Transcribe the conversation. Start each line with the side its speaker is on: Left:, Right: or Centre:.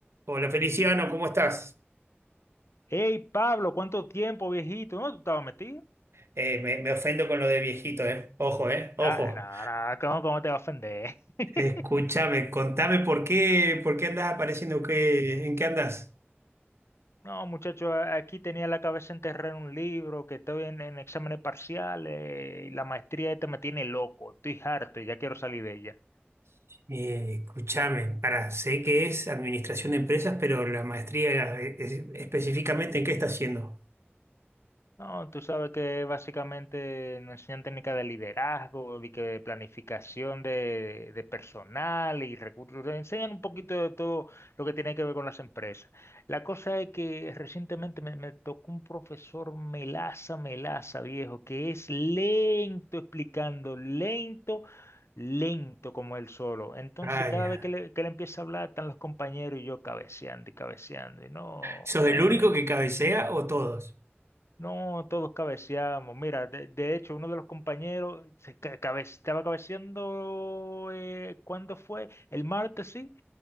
Right: Hola Feliciano, ¿cómo estás?
Left: Hey, Pablo, ¿cuánto tiempo, viejito? ¿No tú estabas metido?
Right: Eh, me, me ofendo con lo de viejito, ¿eh? Ojo, ¿eh? Ojo.
Left: Ah, no, no, ¿cómo, cómo te va a ofender? <laughs>
Right: Escúchame, contame por qué, por qué andás apareciendo, qué, ¿en qué andás?
Left: No, muchacho, a- aquí tenía la cabeza enterrada en un libro, que estoy en, en exámenes parciales, y la maestría esta me tiene loco, estoy harto y ya quiero salir de ella.
Right: Eh, escúchame, para, sé que es administración de empresas, pero la maestría eh, es- específicamente, ¿en qué estás haciendo?
Left: No, tú sabes que básicamente nos enseñan técnicas de liderazgo, de que planificación de, de personal y recursos. Nos enseñan un poquito de todo lo que tiene que ver con las empresas. La cosa es que recientemente me, me tocó un profesor melaza, melaza, viejo, que es lento explicando, lento, lento como él solo. Entonces,
Right: Ah,
Left: cada
Right: ya.
Left: vez que le, que le empieza a hablar, están los compañeros y yo cabeceando y cabeceando. Y no,
Right: ¿Sos
Left: man.
Right: el único que cabecea o todos?
Left: No, todos cabeceamos. Mira, de, de hecho, uno de los compañeros se ca- cabe- estaba cabeceando, eh, ¿cuándo fue? El martes, sí,